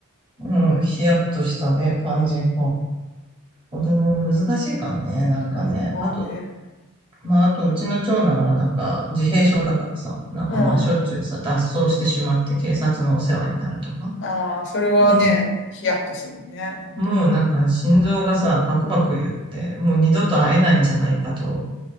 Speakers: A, on the right (about 25°); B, on the left (about 55°).
A: うん、ヒヤッとしたね、感じか。子供難しいからね、なんかね。
B: うん、まあね。
A: あと、まあ、あと、うちの長男はなんか自閉症だからさ、なんかまあしょっちゅうさ、
B: うん。
A: 脱走してしまって警察のお世話になるとか。
B: ああ、それはね、
A: うん
B: ヒヤッとするね。本当にね。
A: もうなんか心臓がさ、バクバク言って、もう二度と会えないんじゃないかと